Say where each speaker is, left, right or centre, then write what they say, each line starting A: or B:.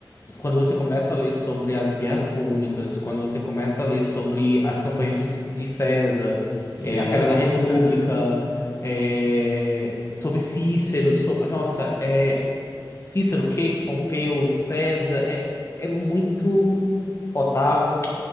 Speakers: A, on the left (about 35°); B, on the left (about 75°).
A: quando você começa a ler sobre as guerras púnicas, quando você começa a ler sobre as campanhas de, de César,
B: Sim,
A: é, a queda da
B: com
A: República,
B: certeza.
A: é, sobre Cícero, so- nossa, é Cícero, Queito, Pompeu, César, é, é muito. Otávio,